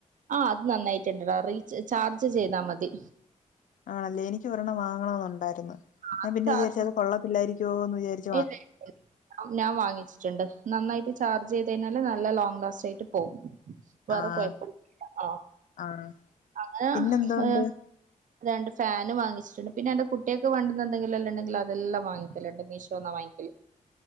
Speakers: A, on the right; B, on the left.
A: ആ അത് നന്നായിട്ട് ഇണ്ടടാ റീ ചാർജ് ചെയ്താ മതി
B: ആണല്ലേ എനിക്ക് ഒരെണ്ണം വാങ്ങണമന്നുണ്ടായിരുന്നു
A: അത്
B: ഞാൻ പിന്നെ
A: ചാർജ്
B: വിചാരിച്ച അത് കൊള്ളത്തില്ലായിരിക്കുമോ എന്ന് വിചാരിച്ചു
A: ഇല്ല ഞാൻ വാങ്ങിച്ചിട്ടുണ്ട് നന്നായിട്ട് ചാർജ് ചെയ്ത കഴിഞ്ഞാല് നല്ല ലോങ്ങ് ലാസ്റ്റ് ആയിട്ട് പോവും വേറെ
B: ആഹ്
A: കുഴപ്പ ആ
B: ആഹ്
A: അങ്ങനെ
B: പിന്നെന്തോണ്ട്
A: ഏ രണ്ട് ഫാന് വാങ്ങിച്ചിട്ടുണ്ട് പിന്നെന്റെ രണ്ട് ഫേനും വാങ്ങിച്ച്ട്ട്ണ്ട് പിന്നെ എ ന്റെ കുട്ട്യേക്ക് വാണ്ടുന്ന എന്തെങ്കിലുംല്ലാം ഇണ്ടെങ്കില അതെല്ലാം വാങ്ങിക്കല്ണ്ട് മീഷ ഷോന്ന വാങ്ങിക്കൽ